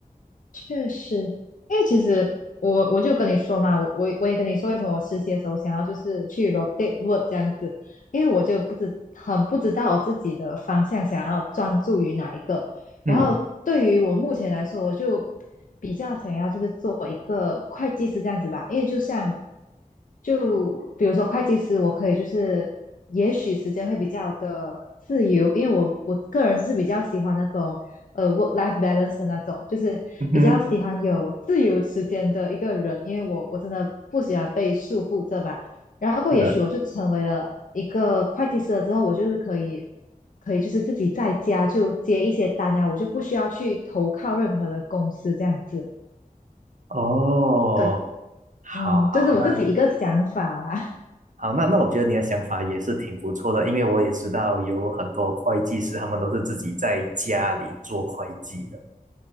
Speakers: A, on the left; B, on the right.
A: 确实，因为其实我我就跟你说嘛，我我我也跟你说，为什么我实习的时候想要就是去 rotate work 这样子，因为我就不知很不知道我自己的方向想要专注于哪一个。然后对于我目前来说，
B: 嗯
A: 我就比较想要就是做一个会计师这样子吧，因为就像就比如说会计师，我可以就是也许时间会比较的自由，因为我我个人是比较喜欢那种。呃 work life balance 的那种，就是比较喜欢有自由时间的一个人，
B: 嗯哼，
A: 因为我我真的不喜欢被束缚着吧。然后过也许我就成为了一个会计师了之后，
B: 是的。
A: 我就是可以可以就是自己在家就接一些单啊，我就不需要去投靠任何的公司这样子。
B: 哦，
A: 对，
B: 好好，
A: 嗯，这是我自己一个想法啦。
B: 那好，那那我觉得你的想法也是挺不错的，因为我也知道有很多会计师，他们都是自己在家里做会计的。